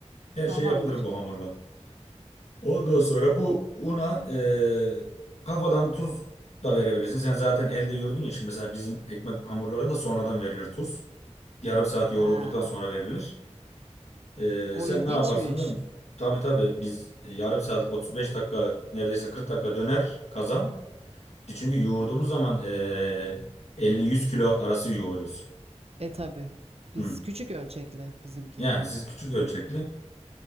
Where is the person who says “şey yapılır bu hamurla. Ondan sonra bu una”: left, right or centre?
Left